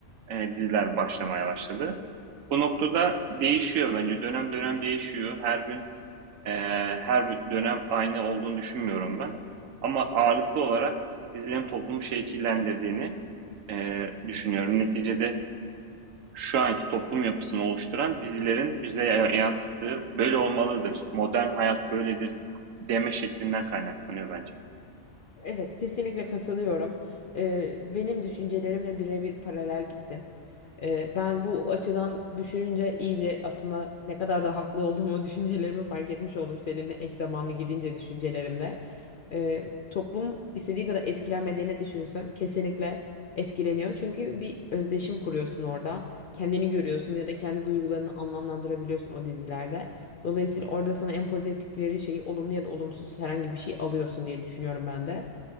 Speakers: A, on the right; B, on the left.
A: e, diziler başlamaya başladı. Bu noktada değişiyor bence. Dönem dönem değişiyor. Her gün ee, her dönem aynı olduğunu düşünmüyorum ben. Ama ağırlıklı olarak izlenim toplumu şekillendirdiğini e, düşünüyorum. Neticede şu anki toplum yapısını oluşturan dizilerin bize yansıttığı böyle olmalıdır. Modern hayat böyledir deme şeklinden kaynaklanıyor bence.
B: Evet, kesinlikle katılıyorum. Ee, benim düşüncelerimle birebir paralel gittin. Ee, ben bu açıdan düşününce iyice aslında ne kadar da haklı olduğumu <laughs> düşüncelerimi fark etmiş oldum seninle eş zamanlı gidince düşüncelerimde. Ee, toplum istediği kadar etkilenmediğini düşünsün, kesinlikle etkileniyor. Çünkü bir özdeşim kuruyorsun orada. Kendini görüyorsun ya da kendi duygularını anlamlandırabiliyorsun o dizilerde. Dolayısıyla orada sana empoze ettikleri şeyi olumlu ya da olumsuz herhangi bir şey alıyorsun diye düşünüyorum ben de.